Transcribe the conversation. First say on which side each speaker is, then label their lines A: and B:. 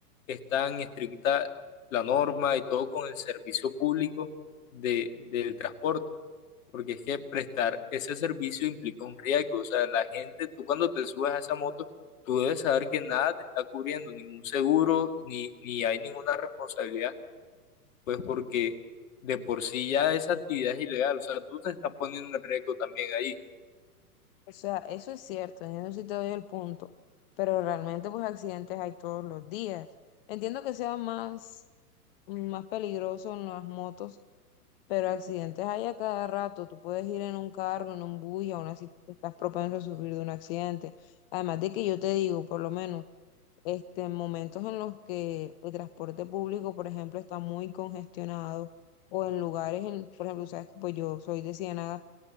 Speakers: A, on the left; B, on the left.
A: están estricta la norma y todo con el servicio público de, del transporte, porque es que prestar ese servicio implica un riesgo. O sea, la gente, tú cuando te subes a esa moto, tú debes saber que nada te está cubriendo, ningún seguro, ni, ni hay ninguna responsabilidad, pues porque de por sí ya esa actividad es ilegal. O sea, tú te estás poniendo en riesgo también ahí.
B: O sea, eso es cierto, en eso sí te doy el punto, pero realmente pues accidentes hay todos los días. Entiendo que sea más, más peligroso en las motos, pero accidentes hay a cada rato. Tú puedes ir en un carro, en un bus y aún así estás propenso a sufrir de un accidente. Además de que yo te digo, por lo menos, este, en momentos en los que el transporte público, por ejemplo, está muy congestionado o en lugares, en, por ejemplo, sabes que pues yo soy de Ciénaga